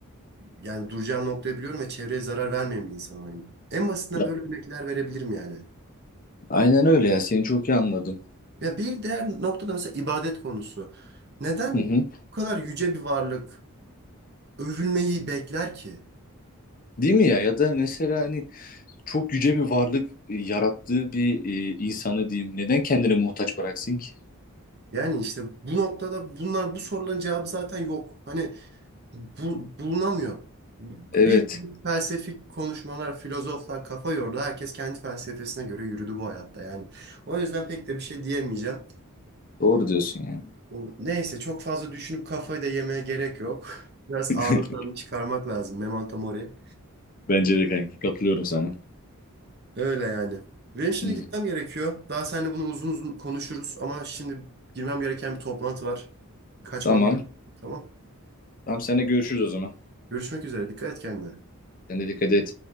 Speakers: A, on the right; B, on the left.
A: yani duracağım noktayı biliyorum ve çevreye zarar vermeyen bir insanım. Hani en basitinden
B: Ya,
A: böyle örnekler verebilirim yani.
B: aynen öyle ya. Seni çok iyi anladım.
A: Ya bir diğer noktada mesela ibadet konusu. Neden
B: Hı hı.
A: bu kadar yüce bir varlık övülmeyi bekler ki?
B: Değil mi ya? Ya da mesela hani çok yüce bir varlık e, yarattığı bir e, insanı diyeyim. Neden kendini muhtaç bıraksın ki?
A: Yani işte bu noktada bunlar bu soruların cevabı zaten yok. Hani bu, bulunamıyor.
B: Evet.
A: Bir sürü felsefik konuşmalar, filozoflar kafa yordu. Herkes kendi felsefesine göre yürüdü bu hayatta. Yani o yüzden pek de bir şey diyemeyeceğim.
B: Doğru diyorsun yani.
A: Bu- Neyse çok fazla düşünüp kafayı da yemeye gerek yok. <laughs> Biraz
B: <laughs>
A: anı tadını çıkarmak lazım. Memento mori.
B: Bence de kanki. Katılıyorum sana.
A: Öyle yani. Benim şimdi
B: Hı hı.
A: gitmem gerekiyor. Daha seninle bunu uzun uzun konuşuruz ama şimdi girmem gereken bir toplantı var. Kaçmam
B: Tamam.
A: gerekiyor. Tamam.
B: Tamam seninle görüşürüz o zaman.
A: Görüşmek üzere. Dikkat et kendine.
B: Sen de dikkat et.